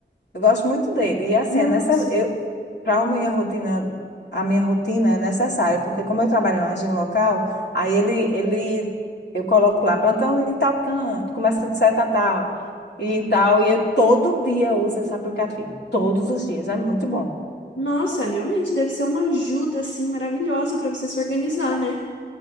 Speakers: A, on the left; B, on the left.
A: Eu gosto muito dele. E assim,
B: Nossa.
A: é nessa, eu, para a minha rotina, a minha rotina é necessário, porque como eu trabalho mais de um local, aí ele, ele, eu coloco lá, plantão em tal canto, começa de seta a tal, e em tal, e eu todo dia eu uso esse aplicativo. Todos os dias, é muito bom.
B: Nossa, realmente deve ser uma ajuda assim maravilhosa pra você se organizar, né?